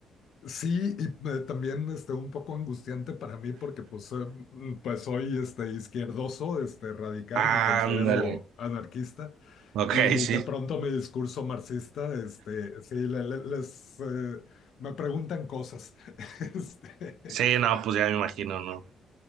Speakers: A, on the left; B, on the right.
A: Sí, y eh, también este, un poco angustiante para mí porque pues, eh, mm, pues soy este, izquierdoso, este, radical,
B: Ándale.
A: me considero anarquista
B: Ok,
A: y
B: sí.
A: de pronto mi discurso marxista, este, sí, le- le- les, eh, me preguntan cosas. <laughs> Este,
B: Sí, no, pues ya me imagino, ¿no?